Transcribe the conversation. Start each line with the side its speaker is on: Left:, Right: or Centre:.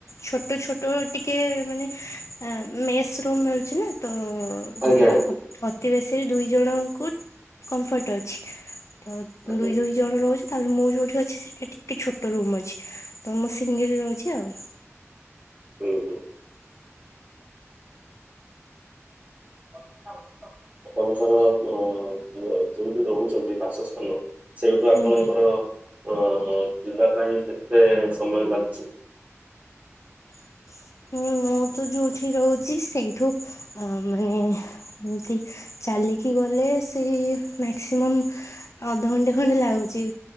Left: ଛୋଟ ଛୋଟ ଟିକେ ମାନେ। ଆଁ ମେସ୍ ରୁମ୍ ମିଳୁଛି ନା ତ
Right: ଆଜ୍ଞା
Left: ମାନେ
Right: ଆଜ୍ଞା
Left: ଅତି ବେଶୀ। ରେ ଦୁଇ ଜଣଙ୍କୁ କମ୍ଫର୍ଟ ଅଛି। ତ
Right: ଆଜ୍ଞା
Left: ଦୁଇ ଦୁଇ ଜଣ ରହୁଛୁ। ତାବେଲେ ମୁଁ ଯୋଉଠି ଅଛି ସେଇଟା ଟିକେ ଛୋଟ ରୁମ୍ ଅଛି। ତ ମୁଁ ସେ ସୀଙ୍ଗିଲ ରହୁଛି ଆଉ।
Right: ଓ ହୋ। <unintelligible> ଆପଣଙ୍କର ଅ ଅ ଯୋଉଠି ରହୁଛନ୍ତି ବାସସ୍ଥାନ। ସେଇଠୁ ଆପଣଙ୍କର।
Left: ଆଜ୍ଞା
Right: ଅ -ହ -ଯିବା ପାଇଁ କେତେ ସମୟ ଲାଗୁଛି।
Left: <inaudible> ମୁଁ ତ ଯୋଉଠି ରହୁଛି ସେଇଠୁ ଅ- ମାନେ ଏମିତି। ଚାଲିକି ଗଲେ ସେଇ ମାକ୍ସିମମ୍ ଅଧଘଣ୍ଟେ ଖଣ୍ଡେ ଲାଗୁଛି।